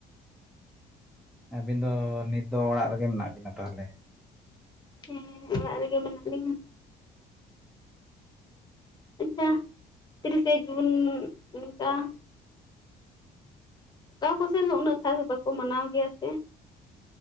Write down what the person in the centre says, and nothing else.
ᱟᱹᱵᱤᱱ ᱫᱚ ᱱᱤᱛ ᱫᱚ ᱚᱲᱟᱜ ᱨᱮᱜᱮ ᱢᱮᱱᱟᱜ ᱵᱤᱱᱟ ᱛᱟᱦᱚᱞᱮ